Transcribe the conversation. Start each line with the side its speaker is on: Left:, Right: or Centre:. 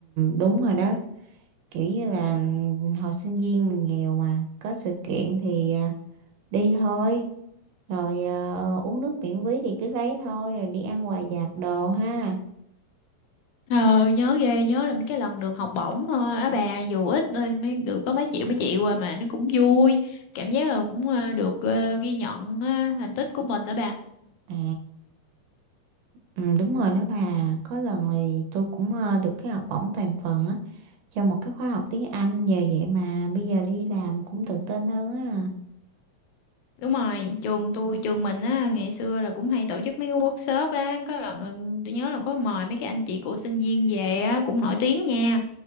Right: đúng rồi đó kiểu như là hồi sinh viên mình nghèo mà có sự kiện thì ờ, đi thôi rồi ờ, uống nước miễn phí thì cứ lấy thôi rồi đi ăn quà vặt đồ ha
Left: Ờ nhớ ghê nhớ là mấy cái lần được học bổng thôi á bà dù ít thôi, mới được có mấy triệu mấy triệu qua mà nó cũng vui cảm giác là cũng ờ, được ờ, ghi nhận ờ, thành tích của mình đó bà
Right: à ừ, đúng rồi đó bà có lần thì tôi cũng ờ, được cái học bổng toàn phần á trong một cái khóa học tiếng Anh nhờ vậy mà bây giờ đi làm cũng tự tin hơn á
Left: đúng rồi trường tôi trường mình á ngày xưa là cũng hay tổ chức mấy cái workshop á có lần là tôi nhớ là có mời mấy cái anh chị của sinh viên về á cũng nổi tiếng nha